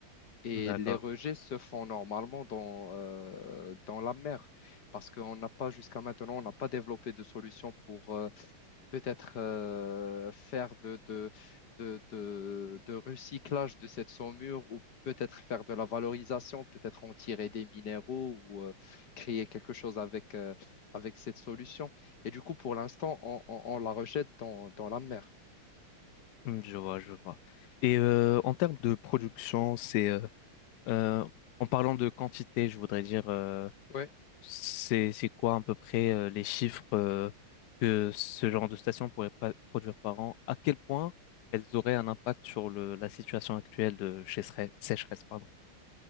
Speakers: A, on the left; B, on the left.
A: Et
B: D'accord.
A: les rejets se font normalement dans, euh, dans la mer, parce qu'on n'a pas, jusqu'à maintenant, on n'a pas développé de solution pour euh, peut-être euh, faire de, de, de, de, de recyclage de cette saumure ou peut-être faire de la valorisation, peut-être en tirer des minéraux ou euh, créer quelque chose avec, euh, avec cette solution. Et du coup, pour l'instant, on, on- on la rejette dans, dans la mer.
B: Mm, Je vois, je vois. Et euh, en termes de production, c'est... euh, Euh, en parlant de quantité, je voudrais dire, euh,
A: Ouais.
B: c'est, c'est quoi à peu près euh, les chiffres euh, que ce genre de station pourrait pra- produire par an? À quel point elles auraient un impact sur le, la situation actuelle de chez- sécheresse, pardon.